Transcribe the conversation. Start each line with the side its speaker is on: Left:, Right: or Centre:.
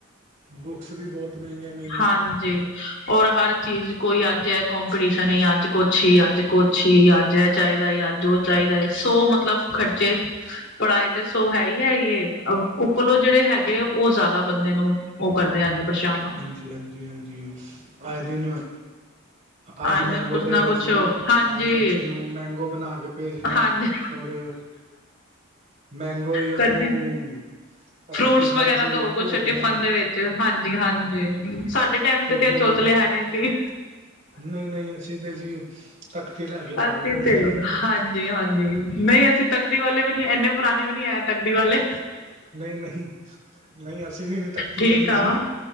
Right: ਬੁੱਕਸ ਵੀ ਬਹੁਤ ਮਹਿੰਗੀਆਂ ਮੇ
Left: ਹਾਂਜੀ ਔਰ ਹਰ ਚੀਜ਼ ਕੋਈ ਅੱਜ ਏ ਕਪੀਟੀਸ਼ਨ ਏ ਅੱਜ ਕੁਛ ਹੀ ਅੱਜ ਕੁਛ ਛਿ ਅੱਜ ਇਹ ਚਾਹੀਦਾ ਈ, ਅੱਜ ਉਹ ਚਾਹੀਦਾ ਈ ਸੋ ਮਤਲਬ ਖਰਚ 'ਚ ਪੜ੍ਹਾਈ ਤੇ ਸੋ ਹੈਈ ਹੈਈ ਹੈ ਓ- ਉੱਪਰਲੋਂ ਜਿਹੜੇ ਹੈਗੇ ਉਹ ਜ਼ਿਆਦਾ ਅ ਬੰਦੇ ਨੂੰ ਉਹ ਕਰਦੇ ਹੈਗੇ ਪਰੇਸ਼ਾਨ।
Right: ਹਾਂਜੀ- ਹਾਂਜੀ -ਹਾਂਜੀ ਆਏ ਦਿਨ ਅੱਜ
Left: ਆਏ
Right: ਮੈਂਗੋ
Left: ਦਿਨ ਕੁਛ
Right: ਡੇ
Left: ਨਾ
Right: ਹੈ
Left: ਕੁਛ
Right: ਜੀ,
Left: ਹਾਂਜੀ
Right: ਅੱਜ ਬੱਚੇ ਨੂੰ ਮੈਂਗੋ ਬਣਾ ਕੇ ਭੇਜਣਾ
Left: ਹਾਂਜੀ
Right: ਔਰ ਮੈਂਗੋ ਹੀ ਉਹਨੂੰ
Left: ਕਦੀ ਫਰੂਟਸ
Right: ਟਿਫਨ
Left: ਵਗੈਰਾ
Right: ਚ
Left: ਦੋ ਕੂਛ
Right: ਭੇਜਣਾ
Left: ਟਿਫਨ
Right: ਹੈ।
Left: ਦੇ ਵਿੱਚ। 'ਚ ਹਾਂਜੀ- ਹਾਂਜੀ, ਸਾਡੇ ਟਾਈਮ ਤੇ
Right: ਏਦਾਂ
Left: ਐ
Right: ਹੀ
Left: ਚੋਚਲੇ
Right: ਆ
Left: ਹੈ ਨਹੀਂ ਸੀ।
Right: ਨਹੀਂ- ਨਹੀਂ ਅਸੀਂ ਤੇ ਜੀ, ਤਖਤੀ ਲੈ ਕੇ ਪੜਦੇ
Left: ਅਸੀਂ
Right: ਹਾਂ
Left: ਤੇ
Right: ਜੀ।
Left: ਹਾਂਜੀ -ਹਾਂਜੀ ਨਹੀਂ ਅਸੀਂ ਤਕਦੀ ਵਾਲੇ ਵੀ ਨਹੀਂ ਇੰਨੇ ਪੁਰਾਣੇ ਵੀ ਨੀ ਐ ਤਕਦੀ ਵਾਲੇ।
Right: ਨਹੀਂ- ਨਹੀਂ ਅਸੀਂ ਵੀ ਨਹੀਂ, ਤੱਖਤੀ
Left: ਠੀਕ
Right: ਪੜੀ
Left: ਆ
Right: ਸੀ।